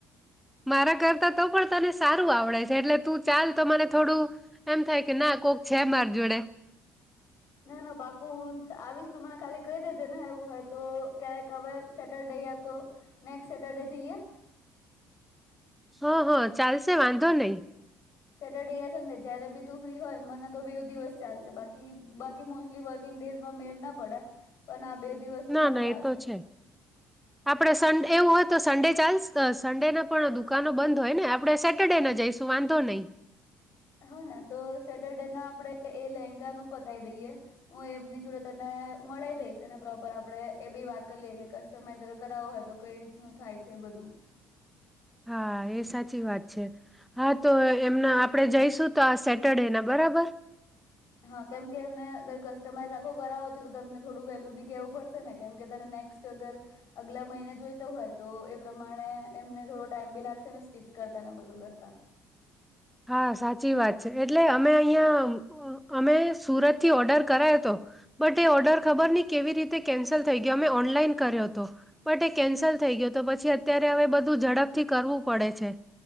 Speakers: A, in the centre; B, on the left.
A: મારા કરતા તો પણ તને સારું આવડે છે એટલે તું ચાલ તો મને થોડું એમ થાય કે ના કોક છે, માર જોડે.
B: ના ના પાકુ હું આવીશ તું મને ખાલી કહી દેજે ને એવું હોય તો ક્યારેક હવે સેટરડે યા તો, નેક્સ્ટ સેટરડે જઈએ?
A: હ હ ચાલશે વાંધો નહી.
B: સેટરડે યા સન્ડે જયારે બી તું ફ્રી હોય મને તો બે દિવસ ચાલશે બાકી બાકી મોસ્ટલી વર્કિંગ ડેઝમાં મેળ ના પડાય. પણ આ બે દિવસ તો
A: ના
B: મને
A: ના
B: ચાલશે.
A: એ તો છે આપડે સે એવું હોય, તો સન્ડે ચાલશે? બ સન્ડે ના પણ દુકાનો બંધ હોય, ને આપણે સેટરડેને જઈશું વાંધો નહી.
B: હ ને તો સેટરડે ના આપણે એ લેહેંગાનું પતાય દઈએ. હું એપની જોડે તને મળી દઈશ પ્રોપર આપડણે એ બી વાત કરી લએ કે કસ્ટમાઈઝગર કરાવવો હોય તો કઈ રીતનું થાય છે એ બધું.
A: હા એ સાચી વાત હા, તો એમને આપડે જઈશું તો આ સેટરડે ના બરાબર.
B: હા કેમ કે એમને અગર કસ્ટમાઈઝ આખો કરાવો છે તો તમને થોડું વેલ્યુ બી કેવું પડશે ને કેમકે તને નેક્સ્ટ અગર અગલા મહિને જોઈતો હોય, તો એ પ્રમાણે એમને થોડો ટાઈમ બી લાગશે ને, સ્ટિચ કરતા ને બધું કરતા.
A: હા સાચી વાત છે, એટલે અમે અહીંયા અમે સુરતથી ઓર્ડર કરાયો હતો, બટ એ ઓર્ડર ખબર નહી કેવી રીતે કેન્સલ થઈ ગયો અમે ઓનલાઈન કર્યો હતો બટ એ કેન્સલ થઈ ગયો, તો પછી અત્યારે હવે બધું ઝડપથી કરવું પડે છે.